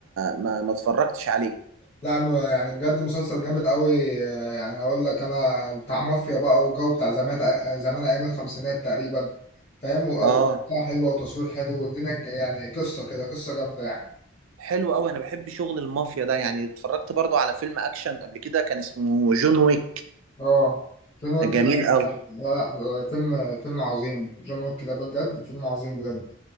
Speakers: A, on the right; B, on the left.
A: ما ما اتفرجتش عليه
B: لا م- يعني بجد مسلسل جامد قوي آه، يعني اقول لك انا بتاع مافيا بقى والجو بتاع زمان زمان ايام الخمسينات تقريبا فاهم وقصة
A: اه
B: حلوه وتصوير حلو والدنيا ج- يعني قصه كده قصه جامده يعني
A: حلو قوي انا بحب شغل المافيا ده يعني اتفرجت برضو على فيلم اكشن قبل كده كان اسمه جون ويك
B: اه جون ويك
A: جميل
B: ده
A: قوي
B: لا لا فيلم فيلم عظيم جون ويك ده بجد فيلم عظيم بجد